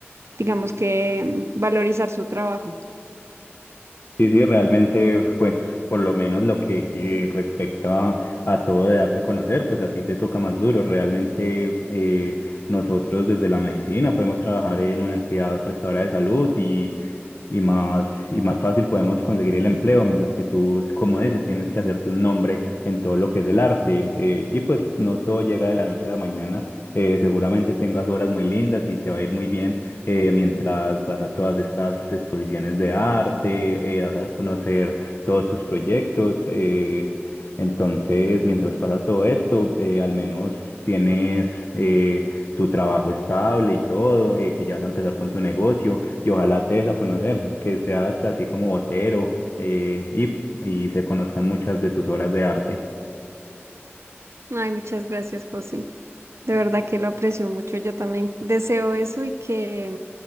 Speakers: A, on the right; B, on the left.
A: digamos que mm, valorizar su trabajo.
B: Sí, sí, realmente, pues, por lo menos lo que eh, respecta a, todo de darse a conocer, pues a ti te toca más duro. Realmente eh, nosotros desde la medicina podemos trabajar en una entidad prestadora de salud y y más, y más fácil podemos conseguir el empleo, mientras que tú, como dices, tienes que hacerte un nombre en todo lo que es el arte. eh, y pues no todo llega de la noche a la mañana. eh, seguramente tengas obras muy lindas y te va a ir muy bien eh, mientras vas a todas estas exposiciones de arte, eh, vas a conocer todos tus proyectos. eh, entonces, mientras pasa todo esto, eh, al menos tienes eh, tu trabajo estable y todo, eh, que ya vas a empezar con tu negocio y ojalá te des a conocer, que seas así como Botero eh, y, y se conozcan muchas de tus obras de arte.
A: Ay, muchas gracias, José. De verdad que lo aprecio mucho. Yo también deseo eso y que